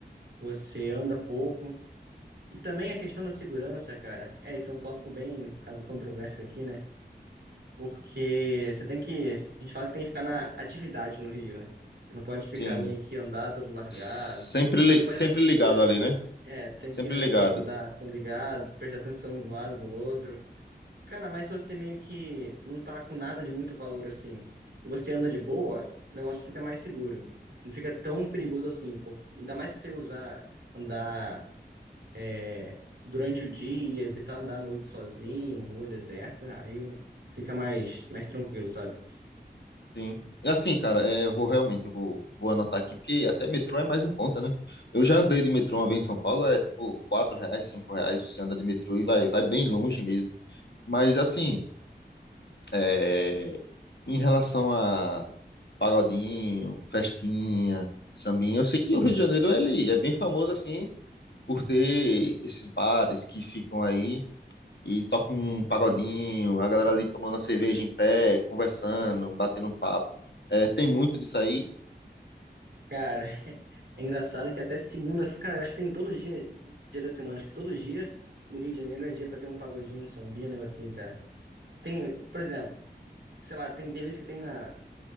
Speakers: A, on the right; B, on the left.
A: você anda pouco. E também a questão da segurança, cara. É, isso é um tópico bem caso controverso aqui, né? Porque você tem que. A gente fala que tem que ficar na atividade no Rio, né? Você não pode ficar
B: Sim.
A: meio que andar todo largado.
B: Sempre,
A: Não,
B: li-
A: você pode
B: sempre
A: andar cheio
B: ligado
A: de coisa.
B: ali, né?
A: É, tem
B: Sempre
A: que andar
B: ligado.
A: todo ligado, prestar atenção de um lado no outro. Cara, mas se você meio que não tá com nada de muito valor assim, e você anda de boa, o negócio fica mais seguro. Não fica tão perigoso assim, pô. Ainda mais se você usar, andar é, durante o dia, evitar andar à noite sozinho, rua deserta, aí fica mais, mais tranquilo, sabe?
B: Sim. E assim, cara, é, eu vou realmente, eu vou, vou anotar aqui, porque até metrô é mais em conta, né? Eu já andei de metrô uma vez em São Paulo, é tipo 4 reais, 5 reais, você anda de metrô e vai, vai bem longe mesmo. Mas assim, é, em relação a pagodinho, festinha, sambinha, eu sei que o Rio de Janeiro, ele é bem famoso, assim, por ter esses bares que ficam aí e toca um pagodinho, a galera ali tomando a cerveja em pé, conversando, batendo um papo. É, tem muito disso aí?
A: Cara, <laughs> é engraçado que até segunda, cara, eu acho que tem todo dia, dia da semana, acho que todo dia no Rio de Janeiro é dia pra ter um pagodinho, um sambinha, um negócio assim, cara. Tem, por exemplo, sei lá, tem, tem vezes que tem na